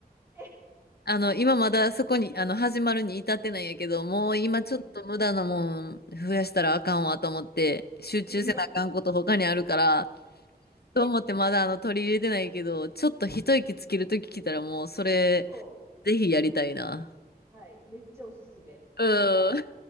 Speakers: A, on the right; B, on the left.
A: え
B: あの、今まだそこに、あの、始まるに至ってないんやけど、もう今ちょっと無駄なもん増やしたらあかんわと思って、
A: うん、
B: 集中せなあかんこと他にあるから、
A: うん、<laughs>
B: と思ってまだあの取り入れてないけど、ちょっと一息つけるとき来たらもうそれ、
A: そ
B: ぜひやりたいな。
A: う、はい、めっちゃおすすめ。
B: うん。
A: なんか、